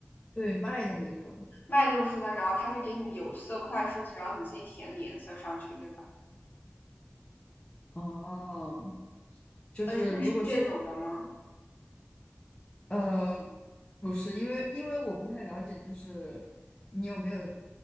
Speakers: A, on the left (about 25°); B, on the left (about 45°).
A: 对，卖的那种。
B: 卖那种数字化然后它是给你有色块数字，然后你自己填你颜色上去，对吧？
A: 哦，就是如果是
B: 呃，是是这种的吗？
A: 呃，不是，因为因为我不太了解，就是你有没有